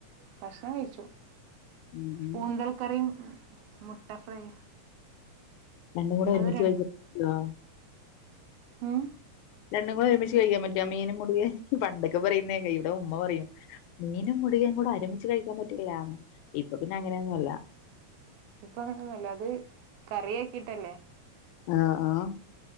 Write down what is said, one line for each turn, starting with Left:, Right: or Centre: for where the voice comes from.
Right: ഭക്ഷണം കഴിച്ചു.
Left: ഉം.
Right: പൂന്തൽക്കറിയും മുട്ട ഫ്രൈ
Left: രണ്ടും കൂടെ
Right: അതൊരു
Left: ഒരുമിച്ച് കഴിയ്ക്കും ആ
Right: ഹ്മ്
Left: രണ്ടും കൂടെ ഒരുമിച്ച് കഴിക്കാൻ പറ്റുവോ? മീനും മുടിയ, പണ്ടൊക്കെ പറയുന്ന കേക്കാം. ഇവിടെ ഉമ്മ പറയും. മീനും <unintelligible> കൂടെഒരു മിച്ച് കഴിക്കാൻ പറ്റില്ലന്ന് ഇപ്പൊ പിന്നെ അങ്ങനെയന്നല്ല
Right: ഇപ്പ അങ്ങനൊന്നൂല്ല. അത് കറി ആക്കിട്ടല്ലേ.
Left: ആ ആ